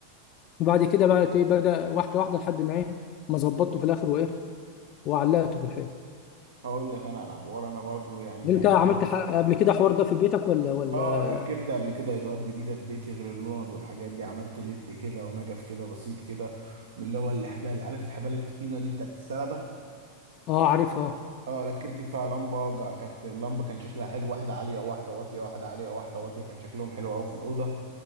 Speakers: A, on the left; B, on the right.
A: وبعد كده بقى ايه بدأ واحدة واحدة لحد ما ايه ما ظبطته في الآخر وإيه وعلقته في الحيط
B: هقول لك انا على حوار انا برضو يعني
A: أنت
B: انا
A: عملت
B: جربت
A: ح- قبل كده حوار ده في بيتك ولا ولا
B: اه ركبت قبل كده اضاءات جديده في بيتي غير اللوند والحاجات دي عملت ليد كده ونجف كده بسيط كده من اللي هو الحبال عارف الحبال التخينه دي بتاعت السلبه
A: آه عارفها
B: اه ركبت فيها لمبه جا- كانت اللمبه كان شكلها حلو واحده عاليه وواحده واطيه واحده عاليه وواحده واطيه كان شكلهم حلو قوي في الاوضه